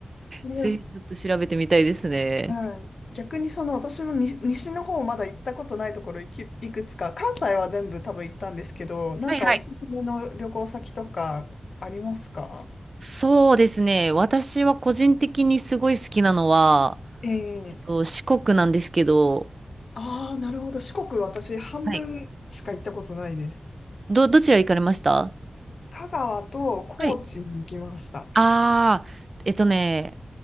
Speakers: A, on the left; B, on the right.
A: でも
B: ぜひちょっと調べてみたいですね。
A: はい。逆にその私もに西の方まだ行ったことないところいき、いくつか、関西は全部多分行ったんですけど、なんかおすすめの旅行先とかありますか
B: はいはい。そうですね。私は個人的にすごい好きなのは、
A: ええ
B: えっと、四国なんですけど、
A: ああー、なるほど。四国私半分しか行ったことないです。
B: はい。ど、どちら行かれました
A: 香川と高知に行きました。
B: はいああ、えっとね、